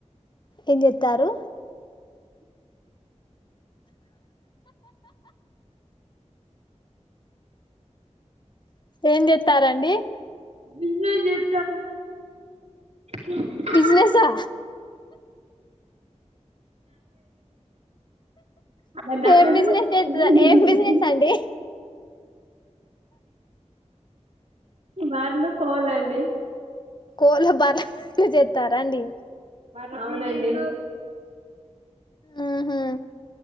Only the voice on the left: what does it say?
ఏం జేత్తారు ఏం జేత్తారండి
బిజినెసా
ఏం బిజినెస్
చేత ఏం బిజినెస్ అండి
కోళ్లు బర్లు జేత్తారా అండి
ఆహా